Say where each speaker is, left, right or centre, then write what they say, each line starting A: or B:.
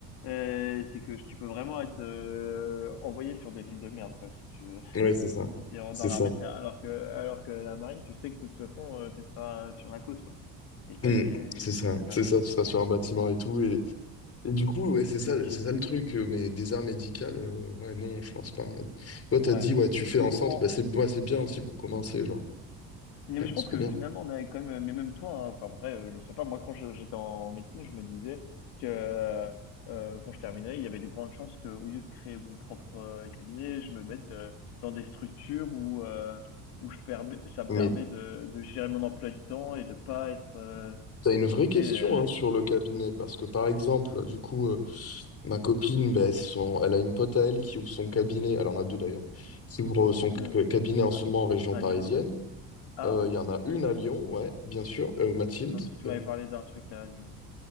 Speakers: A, on the left; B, on the left.
A: euh, c'est que tu peux vraiment être euh, envoyé sur des villes de merde, quoi, si tu veux.
B: Ouais, c'est ça.
A: Et tu rentres
B: C'est
A: dans
B: ça.
A: l'armée de terrain, alors que, alors que la marine, tu sais que de toute façon, euh, tu seras sur la côte, quoi. Et ça,
B: Hmm,
A: c'est,
B: c'est ça.
A: ça, c'est pas
B: C'est
A: mal.
B: ça, tu seras sur un bâtiment et tout. Et, et du coup, ouais, c'est ça,
A: Ok.
B: le- c'est ça le truc. euh, Mais des arts médicales, euh, ouais, non, je pense pas. Et toi, t'as
A: Ouais.
B: dit, ouais, tu fais
A: Du
B: un
A: coup,
B: centre.
A: en-
B: Bah, c'est
A: en-
B: ouais, c'est bien aussi pour commencer, genre.
A: mais
B: Bien,
A: je pense
B: C'est trop
A: que
B: bien.
A: finalement, on a quand même, mais même toi, hein, enfin, vrai, euh, je sais pas, moi, quand je- j'étais en médecine, je me disais que, euh, quand je terminais, il y avait de grandes chances que, au lieu de créer mon propre euh, cabinet, je me mette euh, dans des structures où, euh, où je permets, ça me
B: Mais
A: permet de, de gérer mon emploi du temps et de pas être, euh,
B: t'as une vraie question
A: tu euh,
B: hein, sur le cabinet, parce que par exemple, du coup. euh, Ma copine, ben, son- elle a une pote à elle qui ouvre son cabinet, elle en a deux d'ailleurs, qui ouvre euh, son
A: hmm,
B: c- cabinet en
A: à,
B: ce moment en région
A: à
B: parisienne.
A: Lyon. Ah,
B: Euh,
A: ok.
B: Il y en a une à Lyon, ouais, bien sûr, euh, Mathilde.
A: Non, parce que tu
B: Euh,
A: m'avais parlé d'un truc à Lyon.